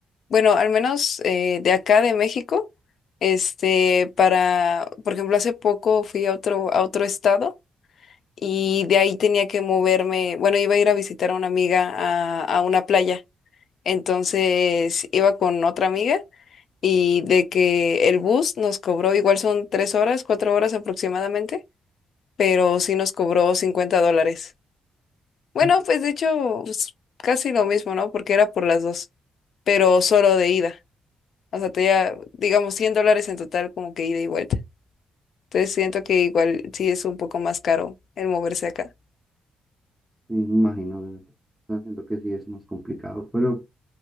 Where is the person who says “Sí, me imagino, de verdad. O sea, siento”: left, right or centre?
Centre